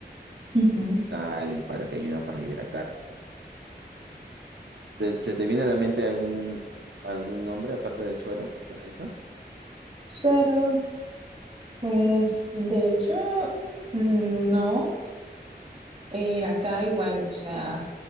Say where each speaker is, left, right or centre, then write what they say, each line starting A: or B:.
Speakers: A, on the right; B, on the right.
A: Ujú.
B: tienen sal y para que ayudan para hidratar. ¿Te- ¿Se te viene a la mente algún, algún nombre aparte de suero para eso?
A: Suero, pues de hecho, mm, no. Eh, acá igual, o sea,